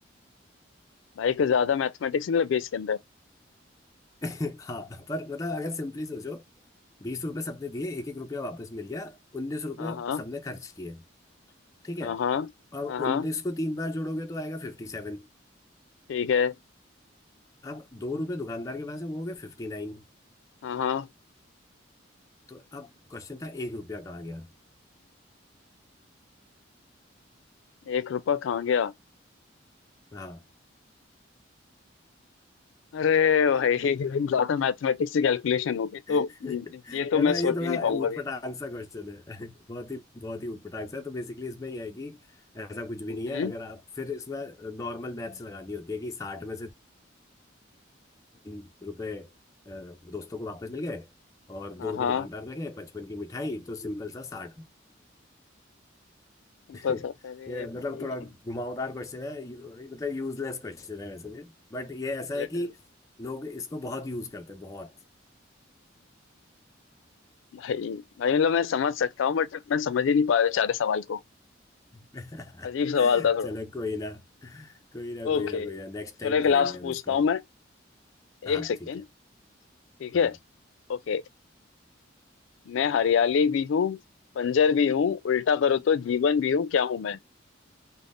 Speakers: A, on the left (about 80°); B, on the left (about 15°).
A: भाई कुछ ज्यादा मैथमेटिक्स नहीं लगे इसके अंदर
B: <laughs> हाँ पर मतलब अगर सिंपली सोचो बीस रुपए सबने दिए एक एक रुपया वापस मिल गया उन्नीस रुपए
A: हाँ हाँ
B: सबने खर्च किए ठीक है
A: हाँ हाँ
B: और उन्नीस
A: हाँ हाँ
B: को तीन बार जोड़ोगे तो आएगा फिफ्टी सेवन
A: ठीक है
B: अब दो रुपए दुकानदार के पास है वो हो गए फिफ्टी नाइन
A: हाँ हाँ
B: तो अब क्वेश्चन था एक रुपया कहाँ गया
A: एक रुपया कहाँ गया
B: हाँ
A: अरे भाई <laughs> ज्यादा मैथमेटिक्स से कैलकुलेशन हो गई तो
B: <laughs> है
A: ये तो
B: ना
A: मैं
B: ये
A: सोच
B: थोड़ा
A: भी नहीं पाऊंगा
B: ऊटपटांग
A: अभी
B: सा क्वेश्चन है <laughs> बहुत ही बहुत ही ऊटपटांग सा है तो बेसिकली इसमें यह है कि ऐसा कुछ भी
A: हम्म
B: नहीं है अगर आप फिर इसमें नॉर्मल मैथ्स लगानी होती है कि साठ में से तीन रुपए अ, दोस्तों को वापस मिल गए और
A: हाँ
B: दो रुपए
A: हाँ
B: दुकानदार ने गए पचपन की मिठाई तो सिंपल सा साठ <laughs>
A: बस अरे
B: ये
A: भाई
B: मतलब थोड़ा घुमावदार क्वेश्चन है यू- मतलब यूजलेस क्वेश्चन है वैसे बट ये But ये ऐसा है
A: लिटरल
B: कि लोग इसको बहुत यूज करते हैं बहुत
A: भाई भाई मतलब मैं समझ सकता हूँ बट मैं समझ ही नहीं पा रहा सारे सवाल को
B: <laughs>
A: अजीब सवाल था थोड़ा
B: चलो कोई ना कोई ना
A: ओके
B: कोई ना कोई ना नेक्स्ट टाइम
A: चलो एक
B: करेंगे
A: लास्ट
B: हम
A: पूछता
B: इसको
A: हूँ मैं
B: हाँ
A: एक सेकेंड
B: ठीक है
A: ठीक
B: हाँ
A: है ओके मैं हरियाली भी हूँ बंजर भी हूँ उल्टा करो तो जीवन भी हूँ क्या हूँ मैं